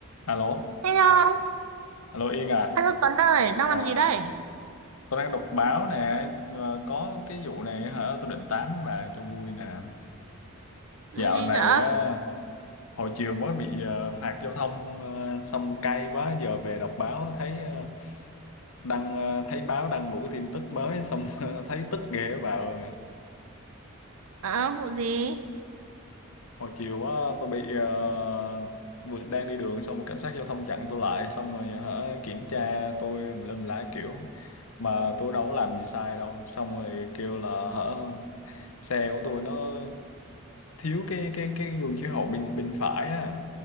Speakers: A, on the left (about 75°); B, on the right (about 85°).
A: Alo,
B: Hello,
A: alo Yên à,
B: anh Tuấn ơi, đang
A: Ờ,
B: làm gì đây?
A: tôi đang đọc báo nè, ờ, có cái vụ này hả, tôi định tám bà cho vui nè. Dạo
B: Vụ gì
A: này
B: dở?
A: ờ, hồi chiều mới bị ờ, phạt giao thông ờ, xong cay quá, giờ về đọc báo thấy ờ, đăng ờ, thấy báo đăng một cái tin tức mới xong <laughs> thấy tức ghê á bà ơi.
B: À, vụ gì?
A: Hồi chiều quá tôi bị ờ, vừa- đang đi đường xong rồi cảnh sát giao thông chặn tôi lại xong rồi hả kiểm tra tôi tùm lum lá kiểu mà tôi đâu có làm gì sai đâu xong rồi kêu là hả xe của tôi nó thiếu cái cái cái gương chiếu hậu bên bên phải á